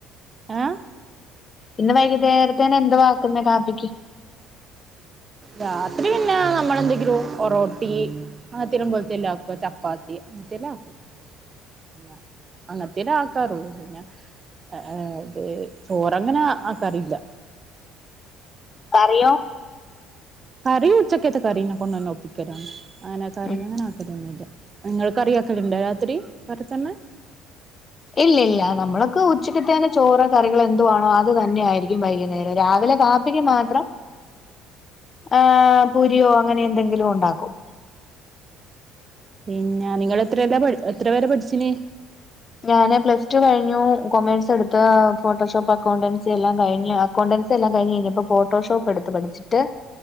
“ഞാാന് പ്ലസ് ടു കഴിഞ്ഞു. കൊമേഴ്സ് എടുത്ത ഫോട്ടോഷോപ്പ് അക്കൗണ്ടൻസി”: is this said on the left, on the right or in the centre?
Left